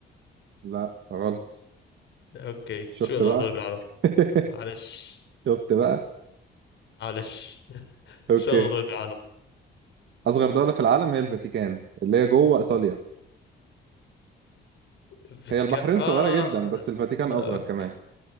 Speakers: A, on the right; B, on the left.
A: لا غلط
B: اوكي
A: شفت
B: شو اصغر
A: بقى
B: دولة بالعالم
A: <laughs>
B: معلش
A: شفت بقى
B: معلش
A: أوكي
B: شو اصغر دولة بالعالم
A: أصغر دولة في العالم هي الفاتيكان اللي هي جوه إيطاليا
B: الفاتيكان
A: هي البحرين
B: اه
A: صغيرة جدا بس الفاتيكان
B: أوكي.
A: أصغر كمان